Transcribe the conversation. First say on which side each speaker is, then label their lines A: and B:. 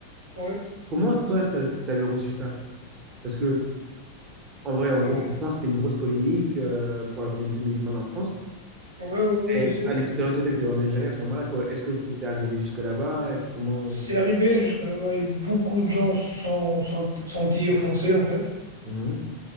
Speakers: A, on the right (about 80°); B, on the right (about 30°).
A: Ouais,
B: Comment, toi, ça, t'avais reçu ça? Parce que, en vrai,
A: ouais,
B: en gros, en France, c'était une grosse polémique euh, pour la communauté musulmane en France.
A: ouais, ouais, ouais,
B: Et
A: je sais.
B: à l'extérieur, toi, tu étais en Algérie à ce moment-là. quoi. Est-ce que c'est c'est arrivé jusque là-bas? Et Comment...
A: C'est arrivé jusque là-bas et beaucoup de gens sont, sont, sont dit offensés, en fait.
B: Mhm.